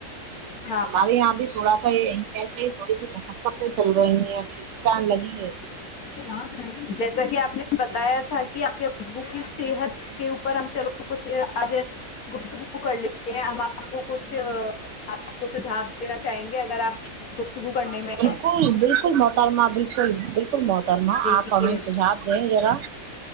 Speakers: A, on the left (about 85°); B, on the right (about 65°).
A: ہاں
B: ہمارے یہاں بھی تھوڑا سا یہ ایسا ہی تھوڑی سی م پتے چل رہی ہیں کھینچتاان لگی ہے
A: یا ج جیسا کہ آپ نے بتایا تھا کہ آپ کے ابو کی صحت کے اوپر ہم چلو کچھ آج گفتگو کر لیتے ہیں ہم آپ کو کچھ آپ کو سجھاؤ دینا چاہیں گے اگر آپ گفتگو کرنے میں
B: بالکل موارم بالکل بالکل محترمہ
A: دیکھیے
B: آپ ہمیں سجھاؤ دیں ذرا